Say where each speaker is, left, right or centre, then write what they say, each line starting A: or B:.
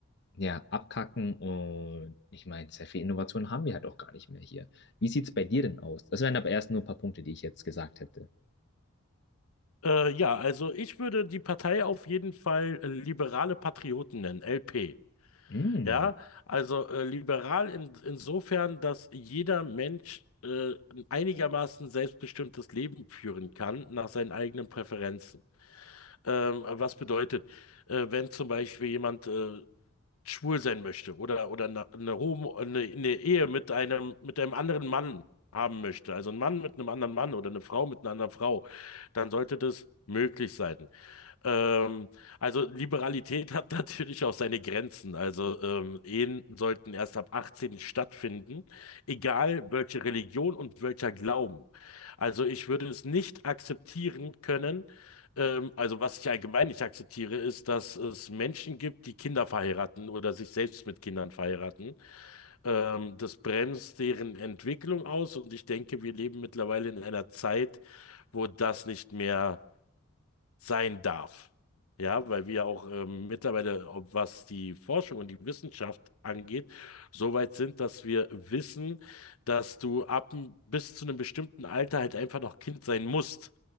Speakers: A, on the left (about 50°); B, on the left (about 90°).
A: ja, Abkacken und ich meine, sehr viel Innovation haben wir halt auch gar nicht mehr hier. Wie sieht es bei dir denn aus? Das wären aber erst nur ein paar Punkte, die ich jetzt gesagt hätte.
B: Äh, ja, also ich würde die Partei auf jeden Fall äh, Liberale Patrioten nennen, LP.
A: Mm,
B: Ja, also äh, liberal in, insofern, dass jeder Mensch äh, ein einigermaßen selbstbestimmtes Leben führen kann nach seinen eigenen Präferenzen. Ähm, was bedeutet, äh, wenn zum Beispiel jemand äh, schwul sein möchte oder, oder eine, eine, Homo, eine, eine Ehe mit einem, mit einem anderen Mann haben möchte, also ein Mann mit einem anderen Mann oder eine Frau mit einer anderen Frau, dann sollte das möglich sein. Ähm, also Liberalität hat <laughs> natürlich auch seine Grenzen. Also ähm, Ehen sollten erst ab 18 stattfinden, egal welche Religion und welcher Glauben. Also ich würde es nicht akzeptieren können. Ähm, also was ich allgemein nicht akzeptiere, ist, dass es Menschen gibt, die Kinder verheiraten oder sich selbst mit Kindern verheiraten. Ähm, das bremst deren Entwicklung aus und ich denke, wir leben mittlerweile in einer Zeit, wo das nicht mehr sein darf. Ja, weil wir auch ähm, mittlerweile, ob was die Forschung und die Wissenschaft angeht, so weit sind, dass wir wissen, dass du ab n- bis zu einem bestimmten Alter halt einfach noch Kind sein musst,